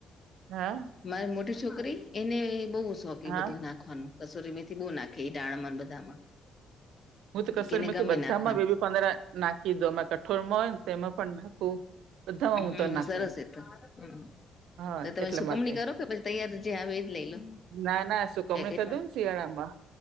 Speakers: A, on the right; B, on the left.
A: હા.
B: મારી મોટી છોકરી એને બહુ શોખ એ
A: હા
B: બધું. નાખવાનું કસોરી મેથી બો નાખે ડાળમાં ને બધામાં.
A: હું તો કસરમાંથી
B: એને ગમે
A: બધામાં
B: નાખવાનું
A: બેબી પાંદરા નાખી દો અમે કઠોરમાં હોય ને તેમાં પણ નાખું. બધામાં
B: હમ
A: હું
B: હમ
A: તો નાખું
B: સરસ એ તો હમ
A: હા
B: તો તમે
A: એટલા
B: સુકવણી
A: માટે
B: કરો કે પછી તયાર જે આવે એ જ લઈ લો
A: ના ના સુકવણી
B: પેકેટમાં
A: કરદુને શિયાળા માં